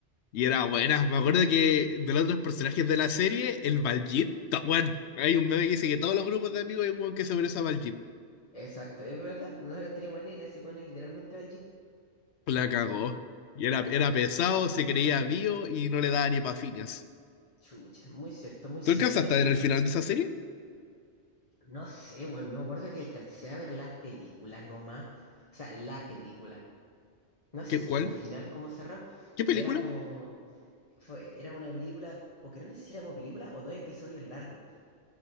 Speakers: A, on the left; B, on the left.
A: Y era buena. Me acuerdo que de los otros personajes de la serie, el Baljeet, to- weón, hay un meme que dice que todos los grupos de amigos hay un weón que se parece a Baljeet.
B: Exacto, es verdad. Nosotros teníamos el nivel ese con él, literalmente va al Jeep.
A: La cagó. Y era, era pesado, se creía vivo y no le daba ni pa' Phineas.
B: Chucha, muy cierto, muy
A: ¿Tú
B: cierto.
A: alcanzaste a ver el final de esa serie?
B: No sé, bueno, yo me acuerdo que alcancé a ver las películas nomás. O sea, la película. No sé
A: ¿Qué,
B: si
A: cuál?
B: tuvo final como cerrado,
A: ¿Qué película?
B: que era como. Fue, era una película, o que no sé si era como película, o dos episodios largos,